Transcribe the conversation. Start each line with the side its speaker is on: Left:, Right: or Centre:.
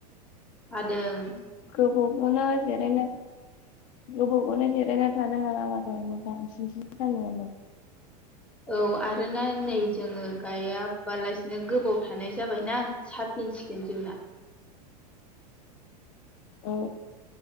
Centre: सादों
Left: गोबावबावना जिरायनो गोबाव खौनो जिरायना थानो हाला माथो <unintelligible>
Centre: औ आरोना नै जोङो गाया फुवालासिनो गोबाव थानाय जाबायना साबफिन सिगोन जोंना
Left: औ।